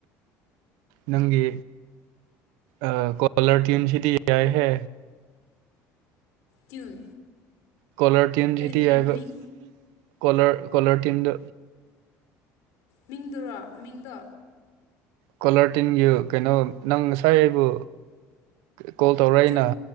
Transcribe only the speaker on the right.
ꯅꯪꯒꯤ ꯑꯥ ꯀꯣꯂꯔ ꯇꯤꯌꯨꯟꯁꯤꯗꯤ ꯌꯥꯏ ꯍꯦ
ꯀꯣꯂꯔ ꯇꯤꯌꯨꯟꯁꯤꯗꯤ
ꯌꯥꯏꯕ
ꯀꯣꯂꯔ ꯀꯣꯂꯔ ꯇꯤꯌꯨꯟꯗꯣ
ꯀꯣꯂꯔꯇꯤꯌꯨꯟꯒꯤ ꯀꯩꯅꯣ ꯅꯪ ꯉꯁꯥꯏ ꯑꯩꯕꯨ ꯀꯣꯜ ꯇꯧꯔꯛ ꯑꯦꯅ